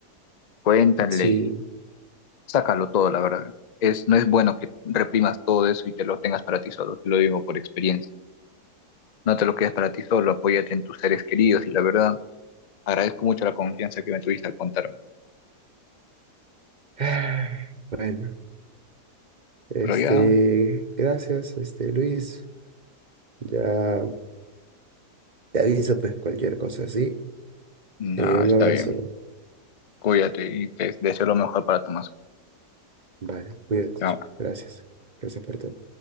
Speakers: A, on the left; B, on the right.
A: Cuéntale
B: Sí,
A: y sácalo todo, la verdad. Es, no es bueno que reprimas todo eso y te lo tengas para ti solo, te lo digo por experiencia. No te lo quedes para ti solo, apóyate en tus seres queridos y la verdad. Agradezco mucho la confianza que me tuviste al contarme.
B: Ah, Bueno, este,
A: Pero ya,
B: gracias, este, Luis. Ya te aviso, pues, cualquier cosa así.
A: nada,
B: Eh, un
A: está
B: abrazo.
A: bien. Cuídate y te deseo lo mejor para tu
B: Vale, cuídate.
A: Chao.
B: Gracias. Gracias por todo.